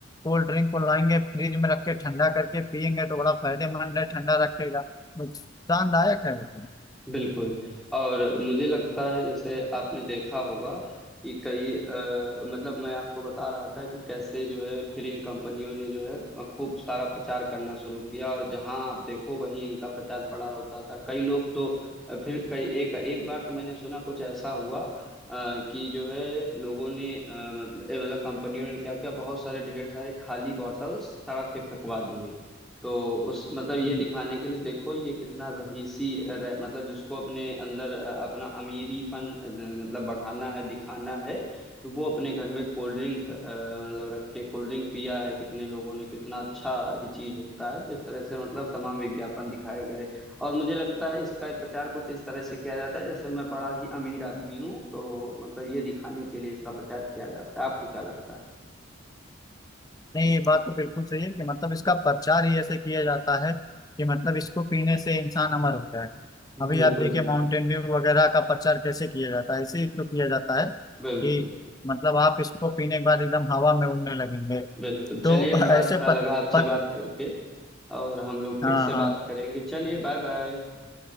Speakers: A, on the left; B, in the centre.
A: कोल्ड ड्रिंक को लाएंगे फ्रिज में रख के ठंडा करके पियेंगे तो बड़ा फायदेमंद है ठंडा रखेगा नुकसानदायक है वो तो
B: बिल्कुल और मुझे लगता है जैसे आपने देखा होगा कि कई अ, मतलब मैं आपको बता रहा था कि कैसे जो है फिर इन कंपनियों ने जो है खूब सारा प्रचार करना शुरू किया और जहां आप देखो वहीं इनका प्रचार पड़ा रहता था कई लोग तो अ, फिर कई एक एक बार तो मैंने सुना कुछ ऐसा हुआ अ, कि जो है लोगों ने अ, मतलब ए, मतलब कंपनियों ने क्या किया बहुत सारे ढेर सारे खाली बॉटल्स सड़क पे फेंकवा दिए तो उस मतलब ये
A: हम्म,
B: दिखाने के लिए देखो ये कितना रहीसी रह, मतलब जिसको अपने अंदर अ, अपना अमीरीपन अ, मतलब बढ़ाना है दिखाना है तो वो अपने घर में कोल्ड ड्रिंक मतलब रखे कोल्ड ड्रिंक पिया है कितने लोगों ने कितना अच्छा ये चीज होता है तो इस तरह से मतलब तमाम विज्ञापन दिखाए गए और मुझे लगता है इसका प्रचार कुछ इस तरह से किया जाता है जैसे मैं बड़ा ही अमीर आदमी हूँ तो मतलब ये दिखाने के लिए इसका प्रचार किया जाता है आपको क्या लगता है
A: नहीं ये बात तो बिल्कुल सही है कि मतलब इसका प्रचार ही ऐसे किया जाता है कि मतलब इसको पीने से इंसान अमर हो जाए अभी
B: बिल्कुल
A: आप देखिए
B: बिल्कुल
A: माउंटेन ड्यू वगैरह का प्रचार कैसे किया जाता है ऐसे ही तो किया जाता है कि
B: बिल्कुल
A: मतलब आप इसको पीने के बाद एकदम हवा में उड़ने लगेंगे
B: बिल्कुल चलिए
A: तो
B: बड़ा
A: ऐसे
B: अच्छा
A: प,
B: लगा आपसे
A: प,
B: बात करके और हम लोग फिर
A: हाँ
B: से
A: हाँ
B: बात करेंगे चलिए बाय बाय